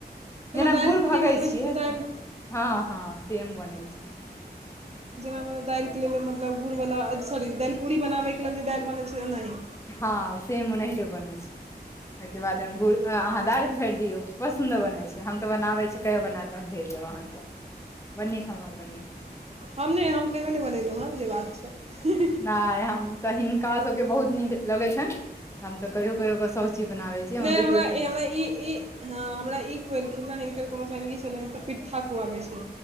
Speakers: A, on the left; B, on the right.
A: जेना
B: दालि
A: गुर
B: पूरी
A: भगै
B: बनबै
A: छियै
B: छी दालि
A: तऽ हँ हँ सेम बनै छै
B: जेना दालिके लेल मतलब गुड़वला सॉरी दाल पूड़ी बनाबैके लेल जे दाल बनै छै एनाही
A: हँ सेमना उनाहितै बने छै ताहिके बाद ओमे गुड़ अहाँ दालि भोरि दियौ बड़ सुन्दर बनैत छै हम तऽ बनाबै छी कहियो बनायब तऽ हम भेजब अहाँके <inaudible>
B: हम नहि हम कहियो नहि बनेलहुँ हँ जे बात छै
A: नाए हम तऽ हिनका सबके बहुत नीक लगैत छै न हम त कहियो कहियो क सब चीज बनाबे छी
B: नहि
A: हम
B: हमरा
A: बेटियो
B: ई हमरा ई ई हँ हमरा ई खुए लखिन ह हिनकर कोनो संगी छलनि तऽ पिट्ठा खुआबैत छै